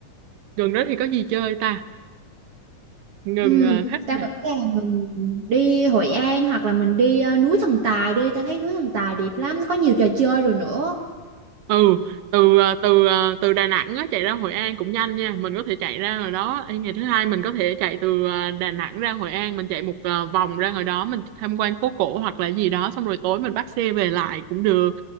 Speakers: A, on the right; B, on the right.
A: gần đó thì có gì chơi ta gần
B: Ừ,
A: ờ, khách
B: tao
A: sạn
B: nghĩ là mình đi Hội An hoặc là mình đi ờ, núi Thần Tài đi. Tao thấy núi Thần Tài đẹp lắm, có nhiều trò chơi rồi nữa.
A: ừ từ ờ, từ ờ, từ Đà Nẵng á, chạy ra Hội An cũng nhanh nha mình có thể chạy ra rồi đó Ê, ngày thứ hai mình có thể chạy từ ờ, Đà Nẵng ra Hội An mình chạy một ờ, vòng ra ngoài đó mình tham quan phố cổ hoặc là gì đó xong rồi tối mình bắt xe về lại cũng được